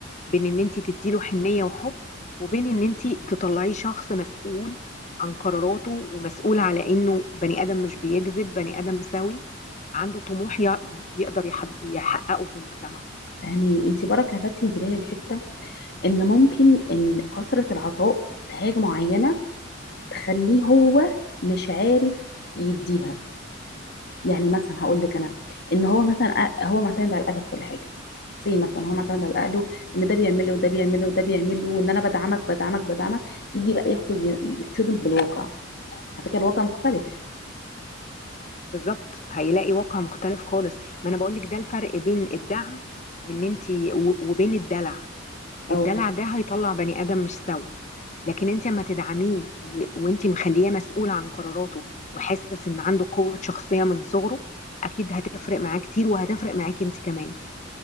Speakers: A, on the left; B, on the left.
A: بين ان انت تديله حنية وحب وبين ان انت تطلعيه شخص مسؤول عن قراراته ومسؤول على انه بني ادم مش بيكذب بني ادم سوي عنده طموح ي- بيقدر يحب- يحققه في المجتمع
B: فاهمين انت برك لفتتي انتباهي لحته ان ممكن ان كثره العطاء في حاجه معينه تخليه هو مش عارف يديها يعني مثلا هقول لك انا ان هو مثلا أ- هو معتمد على الاهل في كل حاجه زي مثلا هو معتمد على اهله ان ده بيعمل له وده بيعمل له وده بيعمل له وان انا بدعمك بدعمك بدعمك يجي بقى يخرج ي- يتصدم بالواقع على فكره الواقع مختلف
A: بالظبط هيلاقي واقع مختلف خالص ما انا بقول لك ده الفرق بين الدعم وان انت و- وبين الدلع الدلع
B: او ب-
A: ده هيطلع بني ادم مش سوي لكن انت لما تدعميه و... وانت مخليه مسؤول عن قراراته وحاسس ان عنده قوة شخصية من صغره اكيد هتفرق معاه كتير وهتفرق معاكي انت كمان